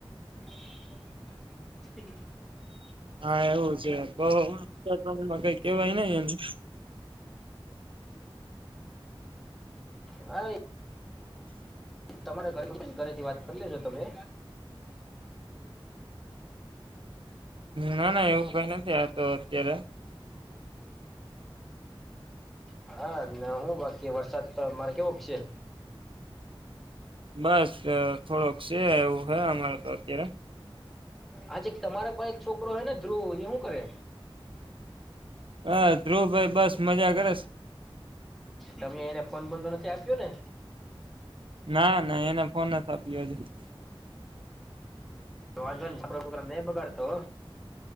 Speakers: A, in the centre; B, on the right.
A: <unintelligible>
B: હા એવું છે તો <unintelligible> કઈ કેવાય નઈ એને.
A: હા તમારે ઘરે ઘરેથી વાત, કર લેજો તમે
B: ના ના એવું કઈ નથી, આતો અત્યારે
A: હા, ન્યા હુ, બાકી વરસાદ તમારે કેવો છે?
B: બસ થોડોક છે, એવું હે અમારે તો અત્યારે
A: આજ એક તમારે પાહે એક છોકરો, હે ને ધ્રુવ એ હું કરે?
B: હા, ધ્રુવ ભાઈ બસ મજા કરે છે.
A: તમે, એને ફોન બોન તો નથી, આપ્યો ને?
B: ના, ના એને ફોન નથ, આપ્યો હજી.
A: વાંધોની છોકરા, છોકરા નહી. બગાડતો.